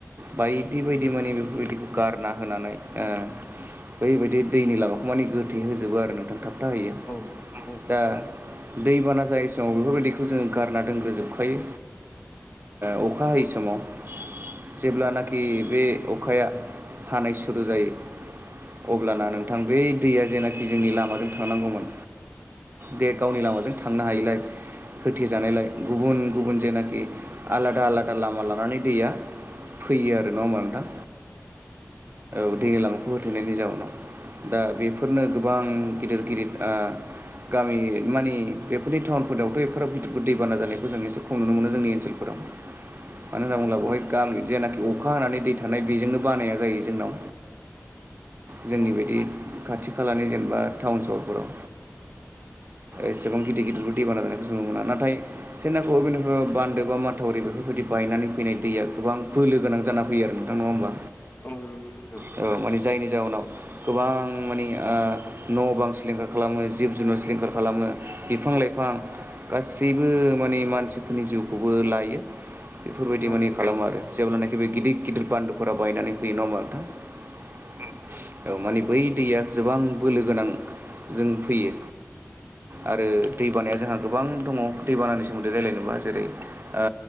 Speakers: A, on the right (about 45°); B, on the left (about 30°).
A: बायदि बायदि माने बेफोरबायदि खौ गार। ना, होनानै आ बैबायदि दैनि लामाखौ मानि गोथै होजोबो आरो नोंथां थां। हेंथाहयो
B: औ औ
A: दा। दैबाना जायै समाव बेफोरबायदिखौ जोङो गारना दोनग्रोजोबखायो। ओ अखा हायै समाव जेब्लानाखि बे अखाया। हानाय सुरु जायो अब्लाना नोंथां बे। दैया जेनाखि जोंनि लामाजों थानांगौमोन दे गावनि लामाजों थांनो हायिलाय। होथेजानायलाय गुबुन, गुबुन जेनाखि आलादा, आलादा लामा लानानै दैया। फैयो आरो नाङा होमबा नोंथां औ दै लामाखौ होथेनायनि जाउनाव। दा बेफोरनो गोबां गिदिर गिदिर आ। गामि मानि बेफोरनि टाउनफोरावथ' एफोरो मथुपुर दैबाना जानायखौ जों एसे खम नुनो मोनो जोंनि ओनसोलफोराव। <unintelligible> मानो होनना बुब्ला बेवहाय
B: औ
A: गामि जेनाखि अखा हानानै दै थानाय बेजोंनो बानाया जायो जोंनाव। जोंनि
B: औ
A: बायदि खाथि-खालानि जेनेबा टाउन सहरफोराव। एसेबां गिदिर गिदिरफोर दैबाना जानायखौ जों मोना नाथाय सोनाफु गोनोखो बान्दो, बा माथावरि बेफोरबायदि। बायनानै फैनाय दैया गोबां बोलो गोनां जाना फैयो आरो नोंथां नङा होमबा।
B: औ नंगौ नोथां।
A: औ माने जायनि जाहोनाव गोबां मानि न' बां सिलिंखार खालामो जिब, जुनार, सिलिंखार खालामो। बिफां-लाइफां गासैबो माने मानसिफोरनि जिउखौबो लायो। बेफोरबायदि
B: औ
A: मानि खालामो आरो जेब्लानाखि बे गिदिर, गिदिर बान्दोफोरा बायनानै फैयो नङा होमबा नोंथां। औ माने बै दैया। गोबां बोलो गोनां जों फैयो। आरो दैबानाया जोंहा गोबां दङ दैबानानि सोमोन्दै रायज्लायनोब जेरै आ।